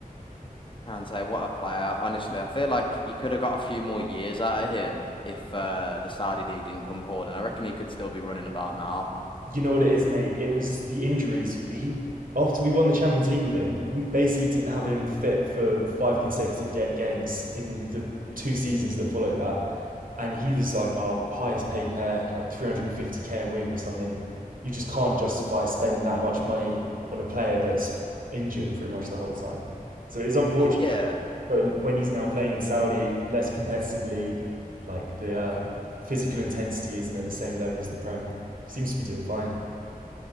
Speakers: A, on the left; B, on the right.
A: Kante, what a player! Honestly, I feel like you could have got a few more years out of him if uh, the Saudi league didn't come calling. I reckon he could still be running about now.
B: You know what it is, mate? It was the injuries. He after we won the Champions League with him, we basically didn't have him fit for five consecutive ga- games in the two seasons that followed that, and he was like our highest paid player, like three hundred and fifty k a week or something. You just can't justify spending that much money on a player that's injured pretty much the whole time. So it is unfortunate,
A: Yeah,
B: but when he's now playing in Saudi, less competitive league, like the uh, physical intensity isn't at the same level as the Prem. He seems to be doing fine.